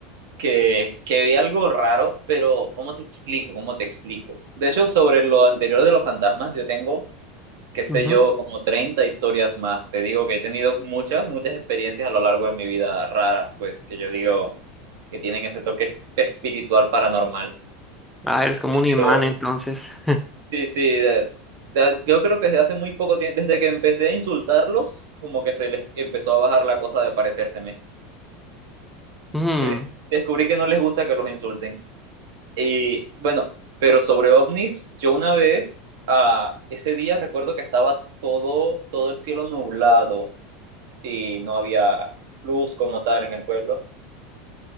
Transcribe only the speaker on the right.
que, que vi algo raro, pero ¿cómo te explico? ¿Cómo te explico? De hecho, sobre lo anterior de los fantasmas, yo tengo, qué sé
yo, como 30 historias más. Te digo que he tenido muchas, muchas experiencias a lo largo de mi vida raras, pues que yo digo que tienen ese toque espiritual paranormal.
Pero
Sí, sí, de- de- yo creo que desde hace muy poco tiempo, desde que empecé a insultarlos, como que se les empezó a bajar la cosa de parecérseme.
Eh, Descubrí que no les gusta que los insulten. Y bueno, pero sobre ovnis, yo una vez, ah, ese día recuerdo que estaba todo, todo el cielo nublado y no había luz como tal en el pueblo.